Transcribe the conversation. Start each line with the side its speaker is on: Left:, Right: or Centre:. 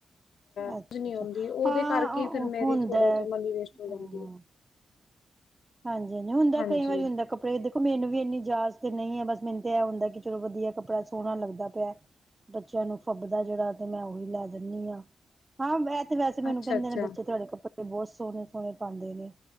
Left: ਸਮਝ
Right: ਅੱਛਾ-ਅੱਛਾ।
Left: ਨਹੀਂ ਆਉਂਦੀ ਉਹਦੇ
Right: ਹਾਂ,
Left: ਕਰਕੇ ਫਿਰ ਮੇਰੀ
Right: ਹੁੰਦਾ
Left: ਥੋੜਾ ਜਿਹਾ
Right: ਹਮ।
Left: ਮਨੀ ਵੇਸਟ ਹੋ ਜਾਂਦੀ ਹੈ
Right: ਹਾਂਜੀ-ਹਾਂਜੀ। ਹੁੰਦਾ
Left: ਹਾਂਜੀ
Right: ਕਈ ਵਾਰੀ ਹੁੰਦਾ ਕੱਪੜੇ ਚ। ਦੇਖੋ ਮੈਨੂੰ ਵੀ ਇੰਨੀ ਜਾਚ ਤੇ ਨਹੀਂ ਹੈ। ਬਸ ਮੈਨੂੰ ਤੇ ਇਹ ਹੁੰਦਾ ਕਿ ਚਲੋ ਵਧੀਆ ਕੱਪੜਾ ਸੋਹਣਾ ਲੱਗਦਾ ਪਿਆ। ਬੱਚਿਆਂ ਨੂੰ ਫੱਬਦਾ ਜਿਹੜਾ ਤੇ ਮੈਂ ਉਹੀ ਲੈ ਦਿੰਦੀ ਹਾਂ। ਹਾਂ ਤੇ ਵੈਸੇ ਮੈਨੂੰ
Left: ਅੱਛਾ
Right: ਕਹਿੰਦੇ
Left: ਅੱਛਾ
Right: ਨੇ ਬੱਚੇ, ਤੁਹਾਡੇ ਕੱਪੜੇ ਤੇ ਬਹੁਤ ਸੋਹਣੇ-ਸੋਹਣੇ ਪਾਉਂਦੇ ਨੇ